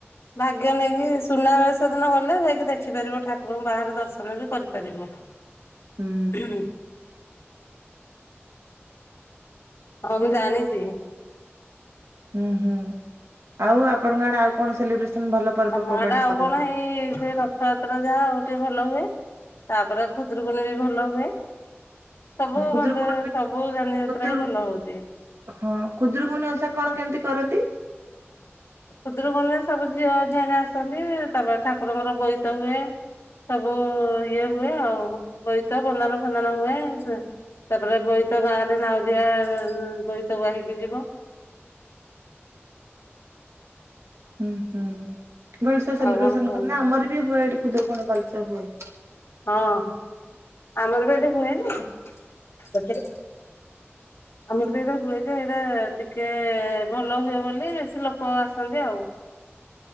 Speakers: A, on the left (about 85°); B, on the right (about 80°).
A: ଭାଗ୍ୟ ନେଇକି ସୁନାବେସ ଦିନ ଗଲେ ଯାଇକି ଦେଖିପାରିବ ଠାକୁରଙ୍କୁ ବାହାରେ ଦର୍ଶନ ବି କରିପାରିବ।
B: ହୁଁ
A: <unintelligible> ହଁ ମୁଁ ଜାଣିଛି।
B: ହୁଁ ହୁଁ ଆଉ ଆପଣଙ୍କ ଆଡେ ଆଉ କଣ ସେଲିବ୍ରେସନ ଭଲ। ପର୍ବପର୍ବାଣୀ
A: ଆମ ଆଡେ ଆଉ
B: କରନ୍ତି
A: କଣ ହେଇ ସେ ର ରଥ ଯାତ୍ରା ଯାହା ଆଉ ଟିକେ ଭଲ ହୁଏ, ତାପରେ ଖୁଦୁରୁକୁୁଣୀ ବି ଭଲ ହୁଏ। ସବୁ
B: ଖୁଦୁରୁକୁଣୀ
A: ମନ୍ଦି ସବୁ ଯାନି
B: ଖୁଦୁରୁ
A: ଯାତ୍ରାବି ଭଲ ହଉଛି।
B: ହଁ, ଖୁଦୁରୁକୁଣୀ ଓଷା କଣ କେମିତି କରନ୍ତି?
A: ହୁଦୁରିକୁଣୀ ରେ ସବୁ ଝିଅ ଝିଆଣି, ଆସନ୍ତି ତାପରେ ଠାକୁରଙ୍କ ର ବୋଇତ ହୁଏ। ସବୁ ଇଏ ହୁଏ, ଆଉ ବୋଇତ ବନ୍ଦାଣ ଫନ୍ଦାଣ ହୁଏ ସେ। ତାପରେ ବୋଇତ, ଗାଁରେ ନାଉରୀଆ ବୋଇତ ବାହିକି ଯିବ।
B: ହୁଁ ହୁଁ ଭଲସେ ସେଲିବ୍ରେସନ
A: ଆଉ କଣ କୁହନ୍ତୁ।
B: କରନ୍ତି, ଆମର ବି ହୁଏ ଏଠି ଖୁଦୁରୁକୁଣୀ ଭଲସେ ହୁଏ।
A: ହଁ, ଆମର ବି ଏଠି ହୁଏ ଯେ। <inaudible> ଆମର‌ ବି ଏଇରା ହୁଏ ଯେ ଏଇରା ଟିକେ ଭଲ ହୁଏ ବୋଲି ବେଶୀ ଲୋକ ଆସନ୍ତି ଆଉ।